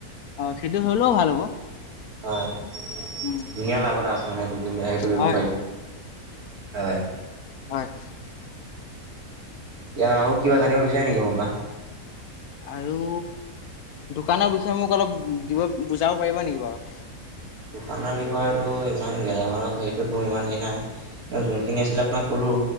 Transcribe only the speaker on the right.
হয়,
ধুনীয়া লাভ এটা আছে মানে সেইটো- সেইটো ব্যৱসায়ত।
হয়।
কিয়া আৰু কিবা জানিব বিছাৰে নিকী মোৰপা?
দোকানৰ বিষয়টো ইমান গেলামালৰ সেইটোত মোৰ ইমান হেৰি নাই, যোনখিনি আছিলে আপোনাক ক'লোঁ।